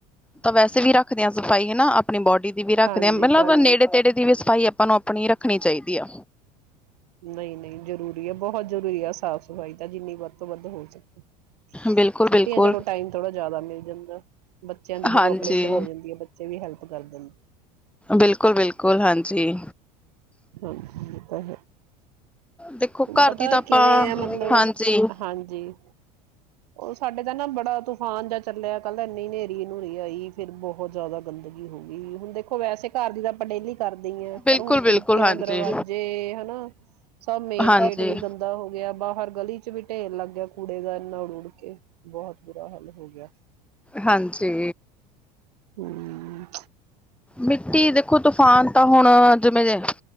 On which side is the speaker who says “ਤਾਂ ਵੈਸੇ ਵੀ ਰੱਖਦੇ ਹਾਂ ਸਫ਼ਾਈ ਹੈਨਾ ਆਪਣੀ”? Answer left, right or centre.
Centre